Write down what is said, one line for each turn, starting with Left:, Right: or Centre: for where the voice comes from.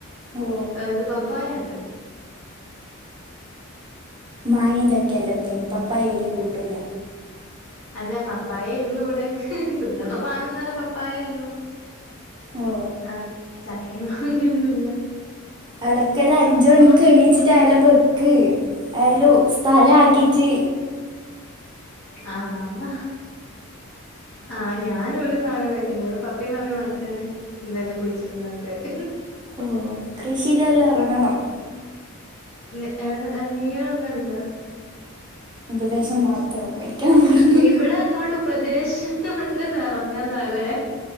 Right: ഓ
Left: ഇത് പപ്പായ ഇണ്ട്
Right: മാങ്ങേ ചക്കേ അല്ലെ മെയ്ന് പപ്പായ അയ്ല് കൂട്ടൂല
Left: അല്ല പപ്പായേ ഉള്ളു ഇവിടെ തിന്നണ സാധന്നു പറഞ്ഞ പപ്പായേ ഉള്ളു.
Right: ഓ
Left: ആ ചക്കേം മാങ്ങേ- ഒന്നുല്ല
Right: അടക്കല്ലേ അഞ്ച് മണിക്ക് എണീച്ചിട്ടായാലും ബെക്ക് അല്ലേ സ്ഥലാക്കീട്ട്
Left: ആ ആ ആ ഞാനിവിടെ ഒരു സാനോം വെക്കില്ല ഇവിടെ പപ്പയും മമ്മിയും മാത്രാണ് ഇതെല്ലാം കുഴിച്ചിടുന്ന ആൾക്കാര്.
Right: ഓ കൃഷിയിലെല്ലാം എറങ്ങണം
Left: നി എട നീ എറങ്ങലുണ്ടോ?
Right: ഉപദേശം മാത്രം ഒരിക്കൽ പറഞ്ഞ്
Left: വിവിടെ അങ്ങോട് ഉപദേശം കൊണ്ട് നെറഞ്ഞതാലേ